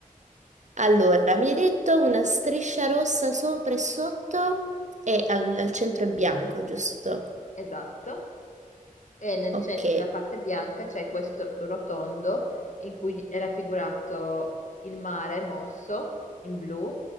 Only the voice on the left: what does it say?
<laughs>
Esatto, e nel
centro della parte bianca c'è questo rotondo in cui è raffigurato il mare mosso in blu